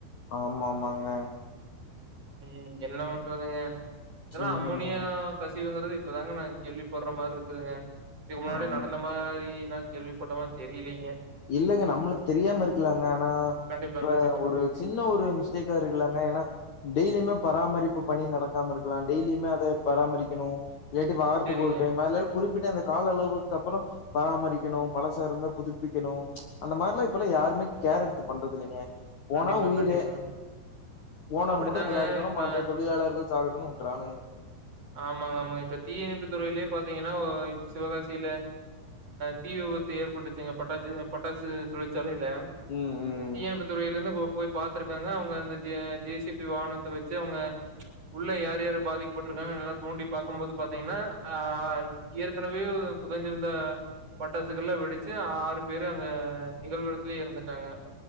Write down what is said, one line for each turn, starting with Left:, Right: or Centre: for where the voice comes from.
Left: ஆமா மாங்கா
Right: இம் என்ன பண்றதுங்க எல்லா
Left: ம்.
Right: அமோனீயா கசி திவங்கறது இப்பதாங்கா நா கேள்வி பட்ற மாரி இருக்குதுங்கா இதுக்கு முன்னாடி
Left: ஆம்.
Right: நடந்த மா றி கேள்விப்பட்டமாரி தெரியலைங்க
Left: இல்லங்க நம்மளுக்கு தெரியாம இருக்கலாங்க ஆனா
Right: கண்டிப்பாங்க,
Left: இப்ப
Right: கண்டிப்பாங்க.
Left: ஒரு சின்ன ஒரு மிஸ்டேக்கா இருக்கலாங்க ஏன்னா டெய்லியுமே பராமரிப்பு பணி நடக்காம இருக்கலா டெய்லியுமே அத பராமரிக்கணு இல்லாட்டி வாரத்துக்கு
Right: சரிங்க.
Left: ஒருடைமா இல்லா குறிப்பிட் அந்த கால அளவுக்கு அப்புறோ பராமரிக்கணு பழசா இருந்தா புதுபிக் பிக்கணு அந்த மாரிலா இப்பல்லா யாருமே கேர் எடுத்து பண்றது இல்லங்க போனா
Right: கண்டிப்பா,
Left: உயிரே
Right: கண்டிப்பாங்க.
Left: ஓனர்
Right: அப்படித்தாங்க
Left: மட்டு நல்லா இருக்கணு
Right: இப்ப
Left: மற்ற தொழிலாளர்கள் சாகடுணும்னு ரானுங்க
Right: ஆமாங்க ஆமாங்க இப்ப தீயனைப்பு துறையிலயே பார்த்தீங்கன்னா சிவகாசியில தீ விபத்து ஏற்பட்டுச்சுங்க பட்டாசு பட்டாசு தொழிற்சாலை இல்ல
Left: ம், ம்.
Right: தீயணப்புத்துறையில இருந்து கோ போய் பாத்துருக்காங்க அவுங்க அந்த ஜே சி பி வாகனத்த வச்சு அவுங்க உள்ள யார் யாரு பாதிக்கப்பட்ட இருக்காங்க நல்லா தோண்டி பாக்கும்போது பாத்தீங்கனா அ ஏற்கனவே புதஞ்சிருந்த பட்டாசுகள்ல வெடிச்சு ஆறு பேரு அங்க நிகழ்விடத்துலயே இறந்துட்டாங்க